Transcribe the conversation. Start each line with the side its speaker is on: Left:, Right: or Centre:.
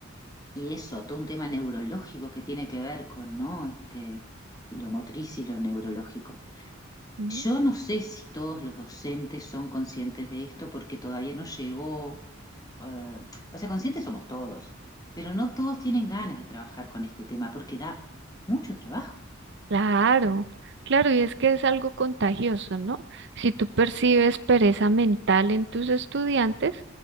Left: Y eso, todo un tema neurológico que tiene que ver con, ¿no? Este, lo motriz y lo neurológico.
Right: Ujú.
Left: Yo no sé si todos los docentes son conscientes de esto porque todavía no llegó, eh, o sea, conscientes somos todos, pero no todos tienen ganas de trabajar con este tema porque da mucho trabajo.
Right: Claro, claro, y es que es algo contagioso, ¿no? Si tú percibes pereza mental en tus estudiantes,